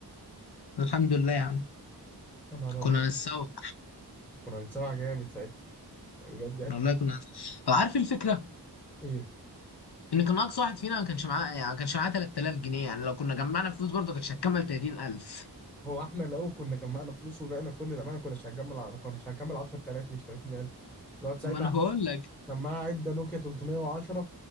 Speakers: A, on the left; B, in the centre.
A: الحمد لله يا عم
B: يا نهار
A: كنا
B: ابيض
A: نتسوق
B: كنا هنتسوح جامد ساعتها بجد يعني
A: والله كنا نتسوق. أو عارف الفكرة
B: ايه
A: ان كان اقصى واحد فينا ما كانش معاه يعني ما كانش معاه 3000 جنيه يعني لو كنا جمعنا فلوس برضه كانتش هتكمل 30000
B: هو احنا لو كنا جمعنا فلوس وبعنا كل اللي عملنا كناش هنجمع ما كناش هنكمل 10000 مش 30000 لو ساعتها
A: ما انا بقول لك
B: كان معاه عده نوكيا 310 ما